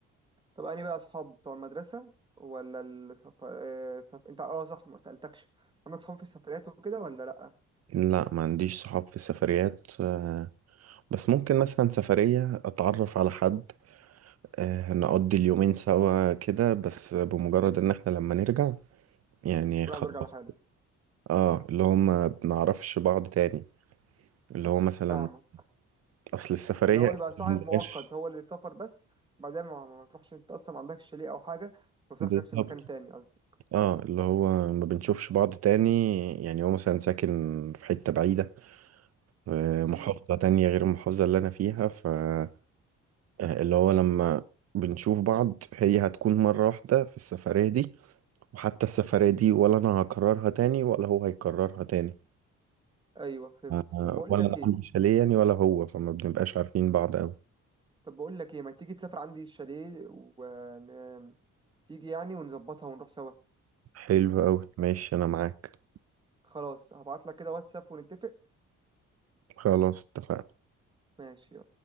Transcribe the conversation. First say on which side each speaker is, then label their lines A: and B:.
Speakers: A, on the right (about 15°); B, on the right (about 55°).
A: طب أنهي بقى أصحاب بتوع المدرسة ولا السف... آه، سف... أنت أه صح ما سألتكش عندك صحاب في السفريات وكده ولا لأ؟
B: لا ما عنديش صحاب في السفريات آه، بس ممكن مثلا سفرية أتعرف على حد آه، نقضي اليومين سوا كده بس بمجرد إن إحنا لما نرجع يعني
A: كل
B: خلاص
A: واحد بيرجع لحاله
B: اه اللي هو ما بنعرفش بعض تاني اللي هو مثلا
A: فاهمك
B: أصل السفرية
A: اللي هو بيبقى صاحب
B: ما عندهاش
A: مؤقت هو اللي اتسافر بس بعدين ما ما بتروحش أنت أصلا ما عندكش شاليه أو حاجة ما بتروحش
B: بالظبط
A: نفس المكان تاني قصدي
B: اه اللي هو ما بنشوفش بعض تاني يعني هو مثلا ساكن في حتة بعيدة آه، محافظة
A: أمم،
B: تانية غير المحافظة اللي أنا فيها ف آه، اللي هو لما بنشوف بعض هي هتكون مرة واحدة في السفرية دي وحتى السفرية دي ولا أنا هكررها تاني ولا هو هيكررها تاني
A: أيوه فهمت
B: آه،
A: طب بقول
B: ولا
A: لك
B: أنا
A: إيه
B: عندي شاليه يعني ولا هو فما بنبقاش عارفين بعض أوي
A: طب بقول لك إيه ما تيجي تسافر عندي الشاليه ون... تيجي يعني ونظبطها ونروح سوا
B: حلو أوي ماشي أنا معاك
A: خلاص هبعت لك كده واتساب ونتفق
B: خلاص اتفقنا
A: ماشي